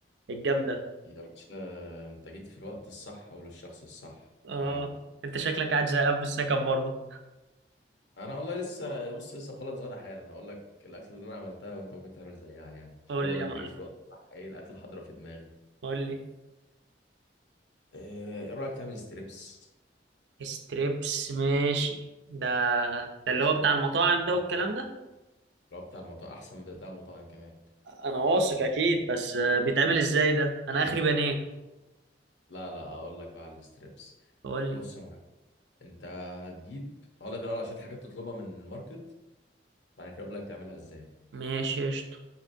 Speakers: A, on the right; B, on the left.
A: الجامده
B: يا يا باشا باشا انت جيت في الوقت الصح وللشخص الصح
A: اه
B: تعالى
A: انت شكلك قاعد زهقان في السكن برضه
B: انا والله لسه بص لسه مخلص غدا حالا هقول لك الاكل اللي انا عملتها وانت ممكن تعمل زيها يعني عشان
A: قول
B: كده بقول
A: لي يا
B: لك
A: معلم
B: انت جيت في الوقت الصح ايه الاكل حاضره في دماغي
A: قول لي
B: آه، ايه رايك تعمل ستريبس
A: ستريبس ماشي ده ده اللي هو بتاع المطاعم ده والكلام ده
B: اللي هو بتاع المطاعم احسن من بتاع المطاعم كمان
A: انا واثق اكيد بس آه، بيتعمل ازاي ده انا اخري بانيه
B: لا لا هقول لك بقى على الستريبس
A: قول
B: بص
A: لي
B: يا معلم انت هتجيب هقول لك الاول على شويه حاجات تطلبها من الماركت بعد كده اقول لك تعملها ازاي
A: ماشي قشطه